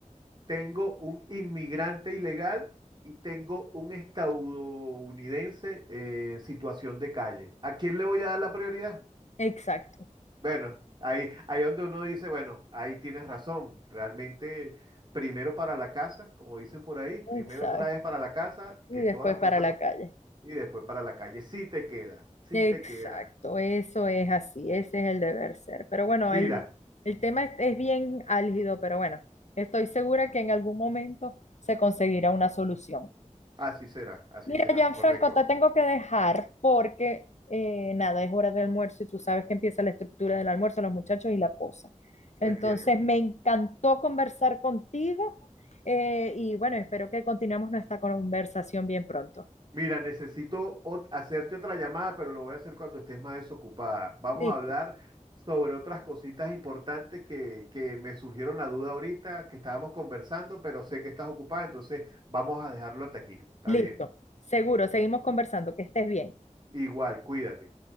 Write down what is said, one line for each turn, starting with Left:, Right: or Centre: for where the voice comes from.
Right: tengo un inmigrante ilegal y tengo un estadounidense en situación de calle. ¿A quién le voy a dar la prioridad?
Left: Exacto,
Right: Bueno, ahí, ahí donde uno dice, bueno, ahí tienes razón, realmente... Primero para la casa, como dicen por ahí, primero
Left: exacto.
Right: traes para la casa,
Left: Y
Right: que todas
Left: después
Right: las cosas,
Left: para la calle.
Right: y después para la calle. Sí te queda, sí
Left: Exacto,
Right: te queda.
Left: eso es así, ese es el deber ser. Pero bueno,
Right: Mira,
Left: el, el tema es, es bien álgido, pero bueno, estoy segura que en algún momento se conseguirá una solución.
Right: así será, así
Left: Mira,
Right: será,
Left: Gianfranco,
Right: correcto,
Left: te tengo que dejar porque eh, nada, es hora de almuerzo y tú sabes que empieza la estructura del almuerzo, los muchachos y la cosa. Entonces,
Right: te entiendo.
Left: me encantó conversar contigo eh, y bueno, espero que continuemos nuestra conversación bien pronto.
Right: Mira, necesito ot- hacerte otra llamada, pero lo voy a hacer cuando estés más desocupada. Vamos
Left: Listo,
Right: a hablar sobre otras cositas importantes que, que me surgieron la duda ahorita, que estábamos conversando, pero sé que estás ocupada, entonces vamos a dejarlo hasta aquí. Está
Left: listo,
Right: bien.
Left: seguro, seguimos conversando, que estés bien.
Right: Igual, cuídate.